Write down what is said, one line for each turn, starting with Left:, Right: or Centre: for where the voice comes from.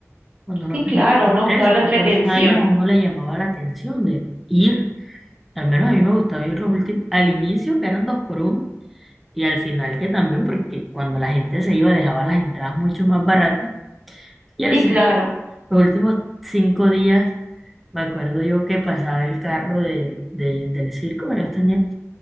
Centre: cuando uno
Right: Sí,
Centre: tenía
Right: claro, uno
Centre: 13
Right: buscaba la
Centre: 14
Right: entretención.
Centre: años, a uno le llamaba la atención de ir Al menos a mí me gustaba ir los últimos, al inicio que eran dos por uno y al final que también, porque cuando la gente se iba dejaba las entradas mucho más baratas. Y el
Right: Sí,
Centre: circo,
Right: claro.
Centre: los últimos cinco días, me acuerdo yo que pasaba el carro de, de- del circo, ellos tenían,